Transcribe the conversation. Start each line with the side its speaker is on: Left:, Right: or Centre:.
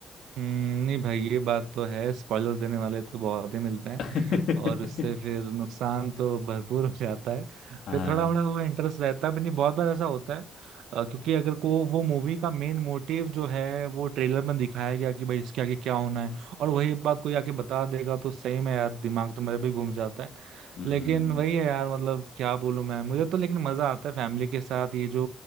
Right: हम्म, नहीं भाई ये बात तो है स्पॉइलर देने वाले तो बहुत ही मिलते हैं
Left: <laughs>
Right: और उससे फिर नुकसान तो भरपूर <laughs> हो जाता है
Left: हाँ
Right: फिर थोड़ा थोड़ा वो इंटरेस्ट रहता है भी नहीं बहुत बार ऐसा होता है अ, क्योंकि अगर को वो मूवी का मेन मोटिव जो है वो ट्रेलर में दिखाया गया कि भाई इसके आगे क्या होना है और वही बात कोई आके बता देगा तो सही में यार दिमाग तो मेरा भी घूम जाता है
Left: हम्म
Right: लेकिन वही है यार मतलब क्या बोलूं मैं मुझे तो लेकिन मजा आता है फैमिली के साथ ये जो